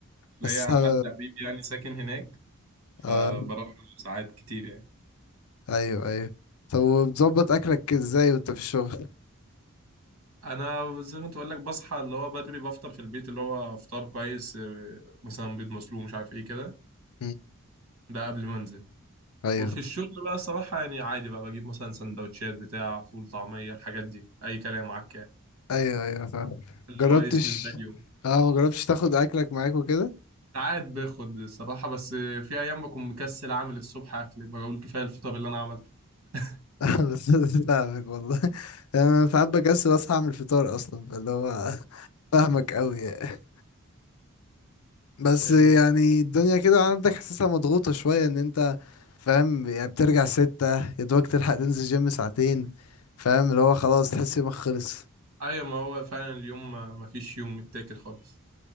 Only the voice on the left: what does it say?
بس ها-
اه
ايوه ايوه طب وبتظبط اكلك ازاي وانت في الشغل
مم.
ايوه
ايوه ايوه فاهم
جربتش
اه ما جربتش تاخد اكلك معاك وكده
<laughs> بس فاهمك والله يعني انا ساعات بكسل اصحى اعمل فطار اصلا فاللي هو <laughs> فاهمك قوي يعني. بس
يعني الدنيا كده عندك حاسسها مضغوطه شويه ان انت فاهم يعني بترجع ستة يا دوبك تلحق تنزل جيم ساعتين فاهم اللي هو خلاص تحس يومك خلص